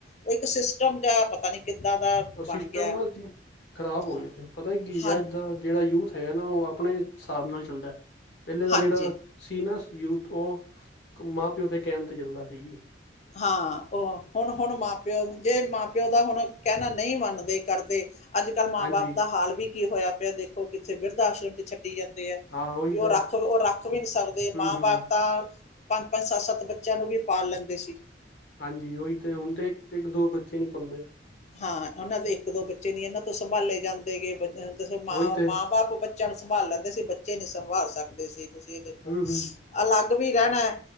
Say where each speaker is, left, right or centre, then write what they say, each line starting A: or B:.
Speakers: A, on the left (about 40°); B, on the left (about 65°).
A: ਉਹ ਇੱਕ ਸਿਸਟਮ ਜ ਪਤਾ ਨੀ ਕਿੱਦਾਂ ਦਾ
B: ਸਿਸਟਮ
A: ਬਣ ਗਿਆ
B: ਨਾ ਖ਼ਰਾਬ ਹੋ
A: ਹਾਂ
B: ਗਿਆ ਪਤਾ ਕੀ
A: ਹਾਂਜੀ
B: ਅੱਜ ਦਾ ਜਿਹੜਾ ਯੂਥ ਹੈਗਾ ਨਾ ਉਹ ਆਪਣੇ ਹਿਸਾਬ ਨਾਲ ਚੱਲਦਾ। ਪਹਿਲੇ ਦਾ
A: ਹਾਂਜੀ
B: ਜਿਹੜਾ ਸੀ ਨਾ ਯੂਥ ਉਹ, ਮਾਂ ਪਿਓ ਦੇ ਕਹਿਣ ਤੇ ਚੱਲਦਾ ਸੀ ਜੀ।
A: ਹਾਂ, ਉਹ ਹੁਣ ਹੁਣ ਮਾਂ ਪਿਓ ਜੇ ਮਾਂ ਪਿਓ ਦਾ ਹੁਣ ਕਹਿਣਾ ਨਹੀਂ ਮੰਨਦੇ ਕਰਦੇ। ਅੱਜ ਕੱਲ੍ਹ ਮਾਂ
B: ਹਾਂਜੀ
A: ਬਾਪ ਦਾ ਹਾਲ ਵੀ ਕੀ ਹੋਇਆ ਪਿਆ। ਦੇਖੋ ਕਿੱਥੇ ਵਰਿਦ ਆਸ਼ਰਮ ਚ ਛੱਡੀ ਜਾਂਦੀ।
B: ਹਾਂ ਉਹੀ
A: ਵੀ ਉਹ
B: ਤਾਂ
A: ਰੱਖ ਉਹ ਰੱਖ ਵੀ ਨਹੀਂ ਸਕਦੇ
B: ਹੂੰ
A: ਮਾਂ
B: ਹੂੰ
A: ਬਾਪ ਤਾਂ ਪੰਜ-ਪੰਜ, ਸੱਤ-ਸੱਤ ਬੱਚਿਆਂ ਨੂੰ ਵੀ ਪਾਲ ਲੈਂਦੇ ਸੀ।
B: ਹਾਂਜੀ। ਉਹੀ ਤੇ ਹੁਣ ਤੇ ਇੱਕ-ਇੱਕ ਦੋ ਬੱਚੇ ਨਹੀਂ ਪਲ਼ਦੇ।
A: ਹਾਂ, ਉਹਨਾਂ ਦੇ ਇੱਕ ਦੋ ਬੱਚੇ ਨ ਇਹਨਾਂ ਤੋਂ ਸੰਭਾਲੇ ਜਾਂਦੇ ਹਗੇ। ਦੱਸੋ ਮਾਂ-ਮਾਂ
B: ਉਹੀ ਤੇ
A: ਬਾਪ ਬੱਚਿਆਂ ਨੂੰ ਸੰਭਾਲ ਲੈਂਦੇ ਸੀ। ਬੱਚੇ ਨੀ ਸੰਭਾਲ ਸਕਦੇ ਸੀ। ਤੁਸੀਂ ਇਹ ਦੇਖੋ
B: ਹੂੰ ਹੂੰ
A: ਅਲੱਗ ਵੀ ਰਹਿਣਾ ਐ।